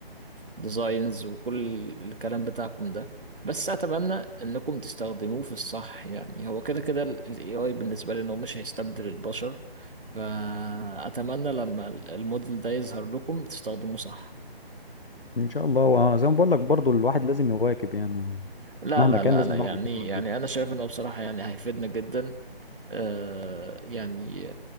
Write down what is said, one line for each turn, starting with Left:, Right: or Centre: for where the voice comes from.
Right: ديزاينز وكل الكلام بتاعكم ده بس أتمنى إنكم تستخدموه في الصح يعني هو كده كده ال ال AI بالنسبة لي إنه مش هيستبدل البشر فأتمنى لما ال- الموديل ده يظهر لكم تستخدموه صح
Left: ان شاء الله وانا زي ما بقول لك برضو الواحد لازم يواكب يعني
Right: لا
Left: مهما
Right: لا
Left: كان
Right: لا
Left: لازم
Right: لا
Left: الواحد
Right: يعني
Left: يواكب
Right: يعني انا شايف انه بصراحة يعني هيفيدنا جدا آه يعني